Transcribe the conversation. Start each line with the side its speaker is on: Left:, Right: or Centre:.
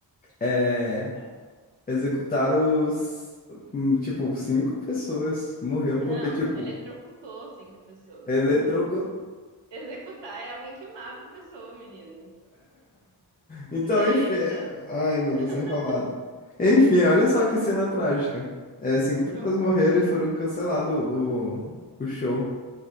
Left: é,
Right: Tá.
Left: executaram os. hum, Tipo, cinco pessoas. Morreu
Right: Não,
Left: porque, tipo,
Right: eletrocutou cinco pessoas.
Left: eletrocu...
Right: Executar é alguém que mata a pessoa, menino.
Left: Então,
Right: Eita,
Left: enfim. Ai, meu
Right: <laughs>
Left: Deus, tô enrolado. Enfim, olha só que cena trágica. É, cinco pessoas
Right: que horror.
Left: morreram e foram cancelado o, o show.